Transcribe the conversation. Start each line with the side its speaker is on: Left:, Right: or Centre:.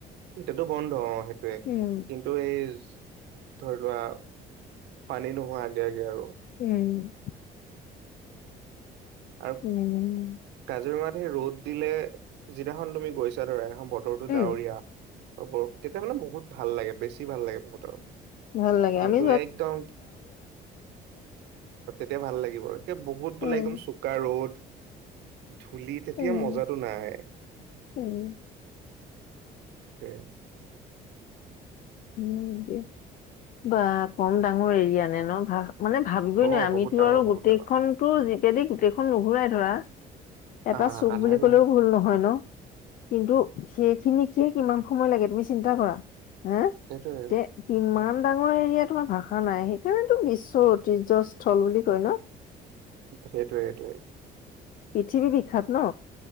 Right: এটোটো বন্ধ অ সেইটোৱে
Left: উম
Right: কিন্তু এই ধৰি লোৱা পানী নোহোৱা আগে আগে আৰু।
Left: উম
Right: আৰু
Left: উম
Right: কাজিৰঙাত সেই ৰ'দ দিলে যিদিনাখন তুমি গৈছা ধৰা বতৰটো
Left: উম
Right: ডাৱৰীয়া আৰু বৰষুণ তেতিয়া মানে বহুত ভাল লাগে বেছি ভাল লাগে বহুত আৰু।
Left: ভাল লাগে
Right: কিন্তু
Left: আমি
Right: একদম এতিয়া ভাল লাগিব এতিয়া বহুত বোলে
Left: উম
Right: একদম চোকা ৰ'দ ধূলি তেতিয়া
Left: উম
Right: মজাটো নাই
Left: উম
Right: উম
Left: উ দ বা কম ডাঙৰ এৰিয়া নে ন ভাল মানে ভাবিবই
Right: অ
Left: নোৱাৰি আমিতো
Right: বহুত ডাঙৰ
Left: আৰু
Right: বহুত
Left: গোটেইখনতো
Right: ডাঙৰ
Left: জিপেদি গোটেইখন নুঘূৰাই ধৰা এটা
Right: আহ
Left: চুক
Right: আধাৰ
Left: বুলি
Right: ঘূৰাই
Left: কলেও ভুল নহয় ন। কিন্তু সেইখিনিকে কিমান সময় লাগে তুমি চিন্তা কৰা হে
Right: সেইটোৱে
Left: তে কিমান ডাঙৰ এৰিয়া তোমাৰ ভাষা নাই সেইকাৰণেতো বিশ্বৰ ঐতিহ্যস্থল বুলি কয় ন।
Right: সেইটোৱে সেইটোৱে
Left: পৃথিৱীৰ বিখ্যাত ন